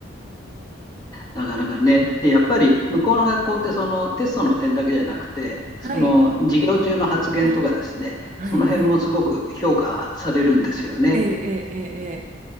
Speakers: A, on the left (about 20°); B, on the right (about 40°).
A: なかなかね。で、やっぱり向こうの学校ってそのテストの点だけじゃなくて、その授業中の発言とかですね、
B: <laughs> はい。あ、はいはい。
A: その辺もすごく評価されるんですよね。
B: ええええええ